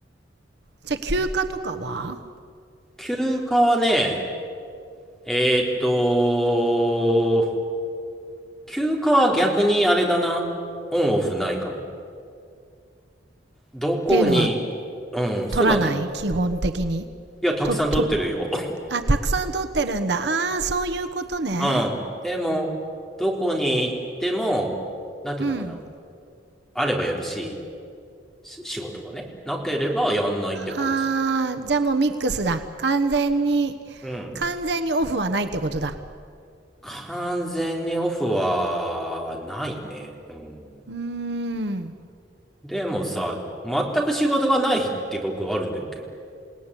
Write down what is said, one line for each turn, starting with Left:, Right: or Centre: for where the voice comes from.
Right: じゃあ休暇とかは
Centre: 休暇はね、えーっと、休暇は逆にあれだな。オンオフないかも。どこに、
Right: っていうのは
Centre: うん、
Right: 取らない基本的に。
Centre: そうだね。いや、たくさん取ってるよ。
Right: と、と、あ、たくさん取ってるんだ。ああ、そういうことね。
Centre: <laughs> うん。でも、どこに行っても、なんていうのかな。
Right: うん。
Centre: あればやるし、仕事がね、なければやんないって感じ。
Right: ああ、じゃあもうミックスだ。完全に、
Centre: うん。
Right: 完全にオフはないってことだ。
Centre: 完全にオフはないね。うん。
Right: うーん。
Centre: でもさ、全く仕事がない日って僕あるんだよ、結構。